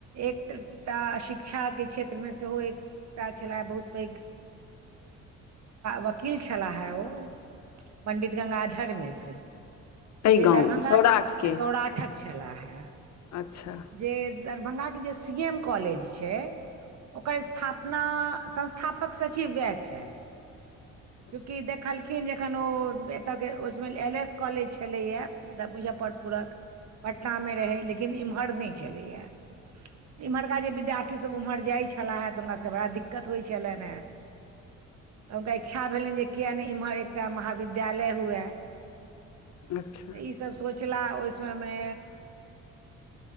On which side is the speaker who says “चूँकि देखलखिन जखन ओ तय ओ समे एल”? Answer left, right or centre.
Right